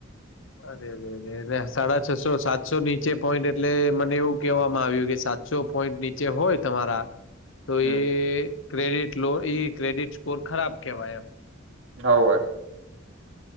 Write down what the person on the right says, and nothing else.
હમ
આવું હે.